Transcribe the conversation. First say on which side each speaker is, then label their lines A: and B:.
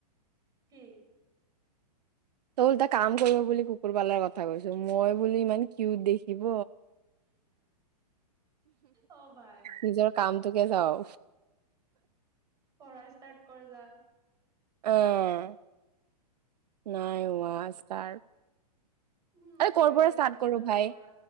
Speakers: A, on the right; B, on the right.
A: কি?
B: তই ওলটা কাম কৰিব বুলি কুকুৰ পালাৰ কথা কৈছ, মই বুলি ইমান কিউট দেখিব।
A: অ ভাই
B: নিজৰ কামটোকে যাওঁ।
A: পঢ়াই ষ্টাৰ্ট কৰ যা।
B: উম। নাই হোৱা পাঁচটাৰ।
A: উম মই
B: আৰে ক'ৰ
A: কৰিম
B: পৰা
A: বুলি
B: ষ্টাৰ্ট
A: ভাবিছো
B: কৰোঁ
A: আজিৰ
B: ভাই,
A: পৰা